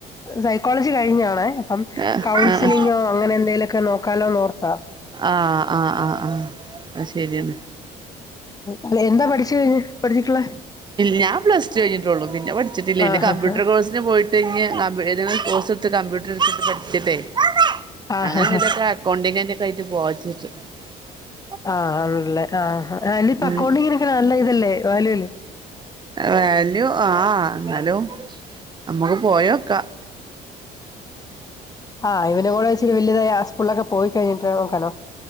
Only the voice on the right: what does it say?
ഏഹ്
ആഹ്
ആഹ് ആഹ് ആഹ് ആഹ് അത് ശരിയാണ്
ഞാൻ പ്ലസ് ടു കഴിഞിട്ടേ ഉള്ളൂ പിന്നെ പഠിച്ചിട്ടില്ല
പിന്നെ കമ്പ്യൂട്ടർ
കോഴ്സിന് പോയിട്ട് ഏതങ്കിലും എടുത്ത് കമ്പ്യൂട്ടർ <unintelligible> പ കട്ട <unintelligible>
അങ്ങനെ
ഇതൊക്ക കൊണ്ടിങ്ക ായിട്ട് പോച്ചിട്ട <unintelligible>
ഉം
വാല്യൂ ആ എന്നാലും നമ്മുക്ക് പോയി നോക്കാം